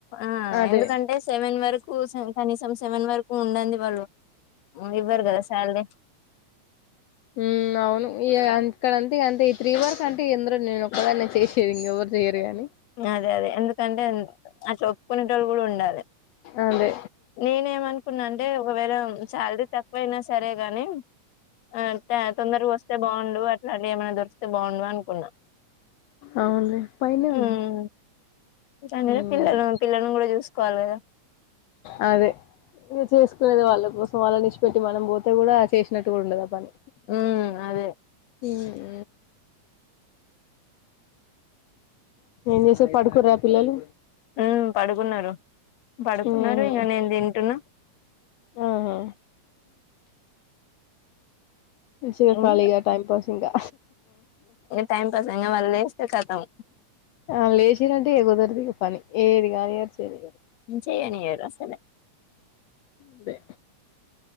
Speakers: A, on the left; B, on the left.
A: ఆ ఆ
B: అదే
A: ఎందుకంటే సెవెన్ వరకు <inaudible> కనీసం స్కూ సేవన్ వరకు ఉండన్ది వాళ్ళు ఇవ్వరు కదా సాలరీ.
B: హ్మ్ అవును ఇగా ఇక్కడా అంతే ఇగా అంతే త్రీఅర్స్ అంటే ఇందులో నేను ఒక్కదాన్నే చేసేది ఇంగా ఎవరు చేయరు. గాని
A: అదే అదే ఎందుకంటే అట్లా వొప్పుకునేటోళ్ళు కూడా ఉండాలె.
B: అంతే
A: నేనేమనుకున్నా అంటే ఒకవేళ సాలరీ తక్కువ అయినా సరే కాని ఆ తొందరగా వస్తే బావుండు అట్లాంటివి ఏమైనా దొరికితే బావుండు అనుకున్నా.
B: అవునులే పైనే
A: హ్మ్
B: ఉంది
A: దాని
B: ఉమ్
A: పిల్లలు పిల్లలను కూడా చూస్ కోవాలి కదా.
B: అదే ఇగా చేసుకునేది వాళ్ళ కోసం వాళ్ళ నిడిచిపెట్టి మనం పోతే కూడా చేసినట్టు కూడా ఉండదు ఆ పని
A: ఉమ్ అదే
B: హ్ హు ఏం చేసిర్రు పడుకుర్రా పిల్లలు.
A: ఉ పడుకున్నరు పడుకున్నరు
B: ఉహు
A: ఇంగా నేను తింటున్నా.
B: ఆహా మంచిగా
A: ఇంగ
B: ఖాళీగా టైంపాస్ ఇంగా.
A: టైం పాస్ ఇంగా వాళ్ళు లేస్తే కతం.
B: ఆల్లు లేచిన్రంటే ఇగా కుదరదు ఇగా పని ఏది కానియరు చేయనియరు.
A: చెయ్యనియరు అసలే.
B: అదే